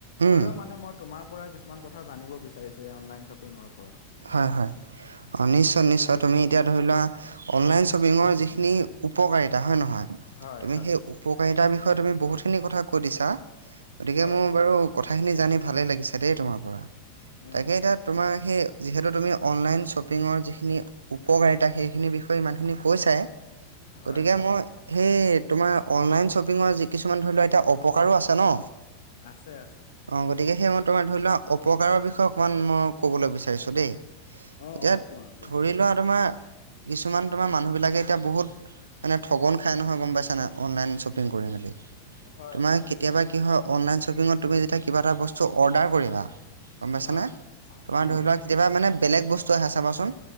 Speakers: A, on the right; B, on the left.
A: উম
B: হ'লেও মানে মই। তোমাৰ পৰা কিছুমান কথা জানিব বিচাৰিছো এই অনলাইন শ্বপিঙৰ ওপৰত।
A: হয় হয় অঁ নিশ্চয় নিশ্চয় তুমি এতিয়া ধৰি লোৱা। অনলাইন শ্বপিঙৰ যিখিনি উপকাৰিতা হয় নহয়।
B: হয়
A: তুমি
B: হয়
A: সেই উপকাৰিতাৰ বিষয়ে তুমি বহুতখিনি কথা কৈ দিছা গতিকে
B: হয়
A: মোৰ বাৰু। কথাখিনি জানি ভালেই লাগিছে দেই তোমাৰ পৰা
B: উম,
A: তাকে এতিয়া তোমাৰ সেই। যিহেতু তুমি অনলাইন শ্বপিঙৰ যিখিনি উপকাৰিতা সেইখিনিৰ বিষয়ে ইমানখিনি কৈচাই,
B: হয়
A: গতিকে মই সেই তোমাৰ অনলাইন শ্বপিঙৰ যি কিছুমান ধৰি লোৱাক এতিয়া অপকাৰো আছে ন?
B: আছে আছে।
A: অ', গতিকে সেই মই তোমাৰ ধৰি ল‌ওক অপকাৰৰ বিষয়ে অকণমান মই ক'বলৈ বিচাৰিছোঁ দেই।
B: অ
A: এতিয়া
B: অ কোৱা কোৱা।
A: ধৰি লোৱা তোমাৰ, কিছুমান তোমাৰ মানুহবিলাকে এতিয়া বহুত মানে ঠগন খাই নহয়, গম পাইছা নাই? অনলাইন শ্বপিং কৰি মেলি।
B: হয়
A: তোমাৰ
B: হয়
A: কেতিয়াবা কি হয় অনলাইন শ্বপিঙত তুমি যেতিয়া কিবা এটা বস্তু অৰ্ডাৰ কৰিবা। গম পাইছানে?
B: হয়
A: তোমাৰ
B: উম
A: ধৰি লোৱা কেতিয়াবা মানে বেলেগ বস্তু আহে চাবাচোন